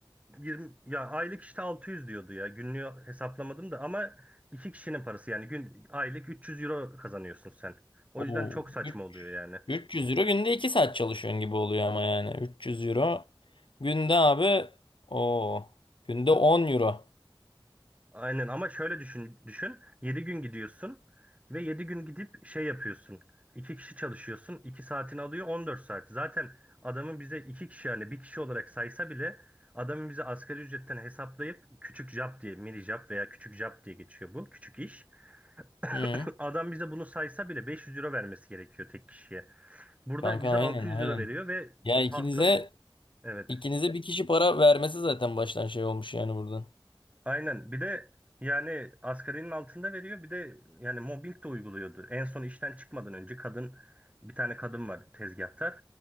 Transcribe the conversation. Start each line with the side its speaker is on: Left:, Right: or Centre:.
Right: 20 ya aylık işte 600 diyordu ya. Günlüğü hesaplamadım da ama iki kişinin parası yani gün aylık 300 euro kazanıyorsun sen. O
Left: Oo.
Right: yüzden çok saçma
Left: Üç-
Right: oluyor yani.
Left: 300 euro günde 2 saat çalışıyorsun gibi oluyor ama yani. 300 euro günde abi o günde 10 euro.
Right: Aynen ama şöyle düşün, düşün. yedi gün gidiyorsun ve 7 gün gidip şey yapıyorsun. iki kişi çalışıyorsun. iki saatini alıyor 14 saat. Zaten adamın bize 2 kişi yani bir kişi olarak saysa bile adamın bize asgari ücretten hesaplayıp küçük job diye mini job veya küçük job diye geçiyor bu küçük iş. <coughs>
Left: Hı.
Right: <laughs> Adam bize bunu saysa bile 500 euro vermesi gerekiyor tek kişiye. Burada
Left: Kanka
Right: bize
Left: aynen
Right: 600
Left: aynen.
Right: euro veriyor ve
Left: Ya ikinize
Right: haftalık evet
Left: ikinize bir kişi para vermesi zaten baştan şey olmuş yani burada.
Right: Aynen. Bir de yani asgarinin altında veriyor. Bir de yani mobbing de uyguluyordu. En son işten çıkmadan önce kadın bir tane kadın var tezgahtar.